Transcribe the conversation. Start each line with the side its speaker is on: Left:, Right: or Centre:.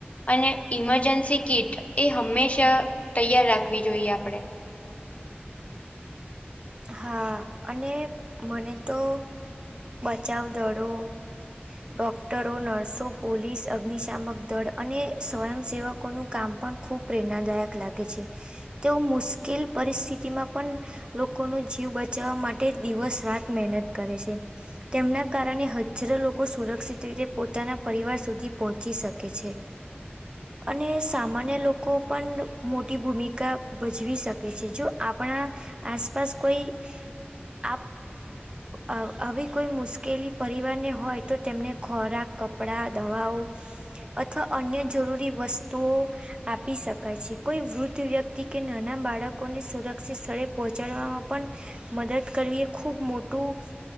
Left: અને ઈમરજન્સી કીટ એ હંમેશા તૈયાર રાખવી જોઈએ આપણે.
Right: હા અને મને તો બચાવ દડો ડોક્ટરો, નર્સો, પોલીસ, અગ્નિશામક દળ અને સ્વયંસેવકોનું કામ પણ ખુબ પ્રેરણાદાયક લાગે છે, તેઓ મુશ્કેલ પરિસ્થિતિમાં પણ લોક - લોકોનું જીવ બચાવવા માટે દિવસ રાત મહેનત કરે છે. તેમના કારણે હજારો લોકો સુરક્ષિત રીતે પોતાના પરિવાર સુધી પહોંચી શકે છે. અને સામાન્ય લોકો પણ મોટી ભૂમિકા ભજવી શકે છે, જો આપણા આસપાસ કોઈ આપ અ આવી કોઈ મુશ્કેલી પરિવારને હોય તો તેમને ખોરાક કપડા, દવાઓ અથવા અન્ય જરૂરી વસ્તુઓ આપી શકાય છે, કોઈ વૃદ્ધ વ્યક્તિ કે નાના બાળકો ને સુરક્ષિત સ્થળે પહો ચડવામાં પણ મદદ કરવી એ ખુબ મોટું